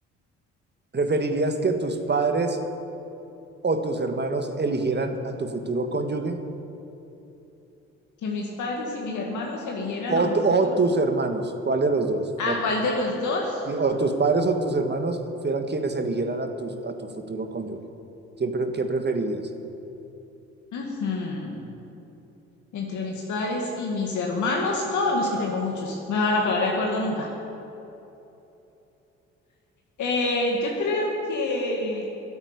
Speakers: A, on the right; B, on the left.
A: ¿preferirías que tus padres o tus hermanos eligieran a tu futuro cónyuge?
B: Que mis padres y mis hermanos eligieran a
A: O,
B: un
A: tu-
B: futuro.
A: o tus hermanos, ¿cuál de los dos?
B: ¿A cuál de los dos?
A: Y o tus padres o tus hermanos fueran quienes eligieran a tu, a tu futuro cónyuge. ¿Qué, pre- qué preferirías?
B: Ujú. Entre mis padres y mis hermanos, todos, no es que tengo muchos, no me van a poner de acuerdo nunca. Eh, yo creo que.